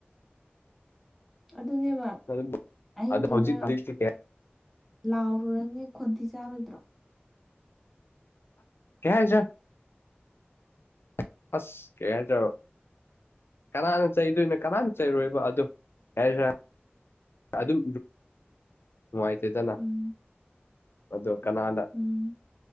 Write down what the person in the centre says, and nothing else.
ꯑꯗꯨꯅꯦꯕ
ꯑꯍꯤꯡꯗꯨꯗ
ꯂꯥꯎꯔꯨꯔꯅꯤ ꯈꯣꯟꯊꯤ ꯆꯥꯔꯣꯏꯗ꯭ꯔꯣ
ꯎꯝ
ꯎꯝ